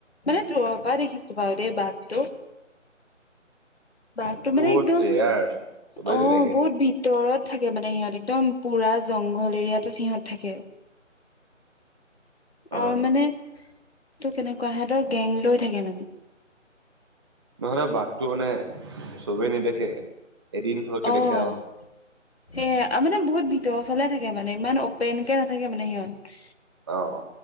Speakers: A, on the left (about 55°); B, on the right (about 20°).
A: মানে দূৰৰ পৰা দেখিছোঁ বাৰু দেই বাঘটো। বাঘটো মানে
B: বহুত
A: একদম
B: ৰেয়াৰ চবেই
A: অহ,
B: নেদেখে
A: বহুত ভি ভিতৰত থাকে মানে সিহঁত, একদম পুৰা জংগল এৰিয়াটো সিহঁত থাকে।
B: অ
A: অহ, মানে তোৰ কেনেকুৱা সিহঁতৰ গেং লৈ থাকে মানে।
B: নহ'লে বাঘটো মানে চবেই নেদেখে। এদিন ফটককে
A: অহ।
B: দেখে আৰু
A: সেইয়া আৰু মানে বহুত ভিতৰৰ ফালে থাকে মানে, ইমান অপেনকে নাথাকে মানে সিহঁত।
B: অহ।